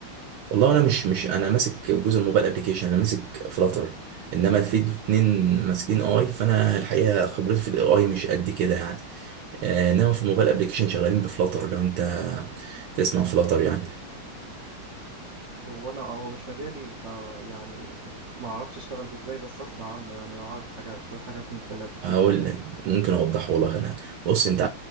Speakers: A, on the right; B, on the right.
A: والله انا مش مش انا ماسك جزء الموبايل ابليكيشن انا ماسك فلاتر انما في اتنين ماسكين اي فانا الحقيقة خبرتي في الاي مش قد كده يعني آه، انما في الموبايل ابليكيشن شغالين بفلاتر لو انت تسمع فلاتر يعني
B: هو انا آه، هو مش مجالي فيعني ما اعرفش اشتغل بيه ازاي بس اسمع عنه يعني واعرف حاجات شويه حاجات في الموبايل ابلكيشن
A: هقول
B: يعني
A: لك ممكن اوضحه لك انا بص انت